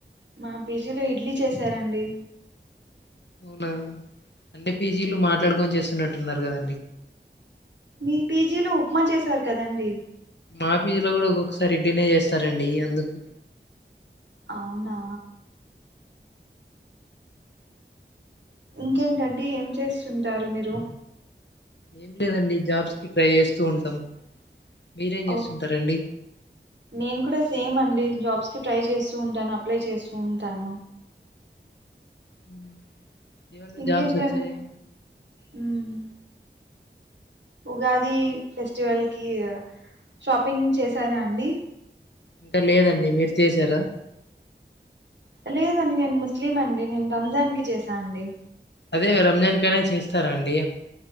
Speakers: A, on the right; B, on the left.
A: మా పీజీలో ఇడ్లీ చేసారండి
B: అవును అన్ని పీజీలు మాట్లాడుకొని చేస్తారు చన్నట్టున్నారు కదండి
A: మీ పీజీలో ఉప్మా చేసారు కదండి
B: మాఫీజులో కూడా ఒక్కొక్కసారి ఇడ్డినే చేస్తారండి అందుకు
A: అవునా ఇంకేంటండి ఏం చేస్తుంటారు మీరు
B: ఏం లేదండి జాబ్స్ క ట్రై చేస్తూ ఉంటాం మీరేం
A: ఓ
B: చేస్తుంటారండి
A: నేను కూడా సేమ్ అండి జాబ్స్ ట్రై చేస్తూ ఉంటాను అప్లై చేస్తూ ఉంటాను
B: హ ఇవన్
A: ఇంకేంటండి
B: జాబ్స్ వచ్చాయా
A: ఉమ్, ఉగాది ఫెస్టివల్ కి షాపింగ్ చేసారా అండి
B: ఇంకా లేదండి మీరు చేసారా
A: లేదండి నేను ముస్లిం అండి నేను రంజాన్ కి చేశా అండి
B: అదే రంజాన్ కనే చేస్తారా అండి